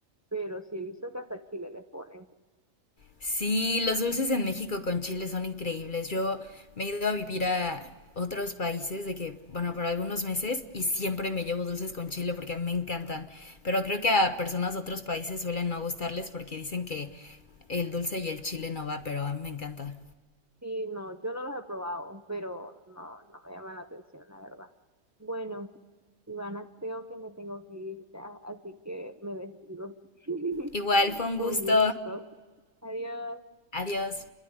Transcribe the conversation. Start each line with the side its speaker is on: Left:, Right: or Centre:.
Right: Pero sí he visto que hasta chile les ponen.
Left: Sí, los dulces en México con chile son increíbles. Yo me he ido a vivir a otros países de que, bueno, por algunos meses y siempre me llevo dulces con chile porque a mí me encantan. Pero creo que a personas de otros países suelen no gustarles porque dicen que el dulce y el chile no va, pero a mí me encanta.
Right: Sí, no, yo no los he probado, pero no, no me llaman la atención, la verdad. Bueno, Ivana, creo que me tengo que ir ya, así que me despido. <laughs>
Left: Igual, fue un
Right: Con
Left: gusto.
Right: gusto. Adiós.
Left: Adiós.